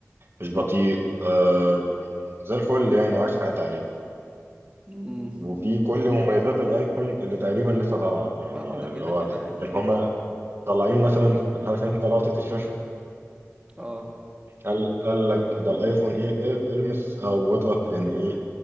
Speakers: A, on the right; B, on the right.
A: مش بطيء آه، زي الفل يعني وعايش حياتي عليه
B: امم
A: وفي كل مميزات الايفون اللي تقريبا لسه طالعه يعني
B: اه ده
A: اللي
B: كده
A: هو
B: كده يعني
A: اللي هما طالعين مثلا عارف انت لقطه الشاشه
B: اه
A: قال قال لك ده الايفون ايه إيه- المس او اضغط
B: اه
A: يعني ايه